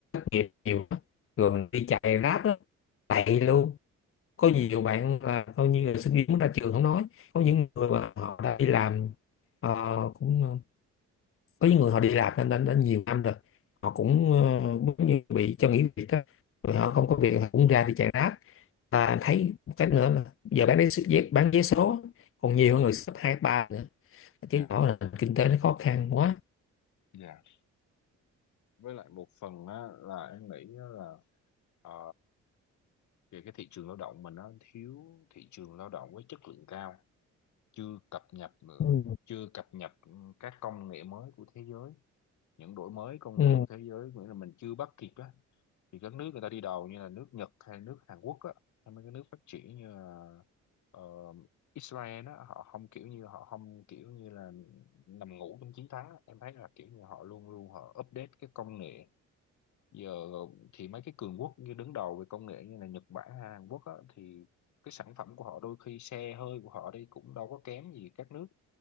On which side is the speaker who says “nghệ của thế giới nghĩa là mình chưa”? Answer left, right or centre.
Left